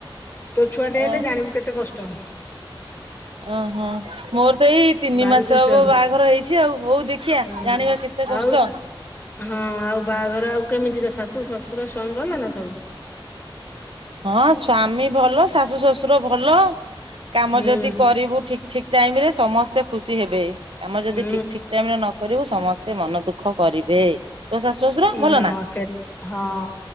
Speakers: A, on the left; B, on the right.
A: ତୋ ଛୁଆ ଟେ ହେଲେ
B: ଅ
A: ଜାଣିବୁ କେତେ କ ଟ
B: ଓହୋ ମୋର ତ ଏଇ ତିନି
A: ଭାରି
B: ମାସ
A: ଦୁଷ୍ଟ
B: ହବ
A: ହେବେ
B: ବାହାଘର ହେଇଛି ଆଉ ହଉ ଦେଖିବା
A: ହୁଁ
B: ଜାଣିବା କେତେ
A: ଆଉ
B: କଷ୍ଟ।
A: ହଁ ଆଉ ବାହାଘର ଆଉ କେମିତି କା ଶାସ ଶୁ ସସୁର ସ୍ଵାମୀ ଭଲ ନା ସବୁ?
B: ହଁ ସ୍ୱା ମି ଭଲ ଶାଶୁ ଶ୍ୱଶୁର ଭଲ। କାମ
A: ହୁଁ
B: ଯଦି କରିବୁ ଠିକ ଠିକ ଟାଇମ୍ ରେ ସମସ୍ତେ ଖୁସି ହେବେ। କାମ ଯଦି
A: ଉଁ
B: ଠିକ ଠିକ ଟାଇମ ରେ ନ କରିବୁ ସମସ୍ତେ ମନ ଦୁଃଖ କରିବେ ତୋ ଶାଶୁ ଶଶୁର
A: ହଁ
B: ଭଲ ନା?
A: ସେ ହଁ